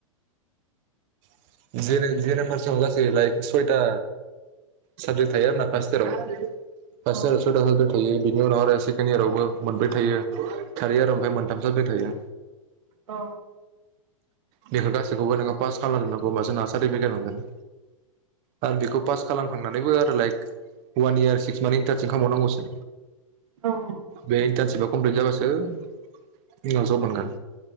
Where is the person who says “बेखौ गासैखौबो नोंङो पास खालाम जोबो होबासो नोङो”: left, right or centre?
Right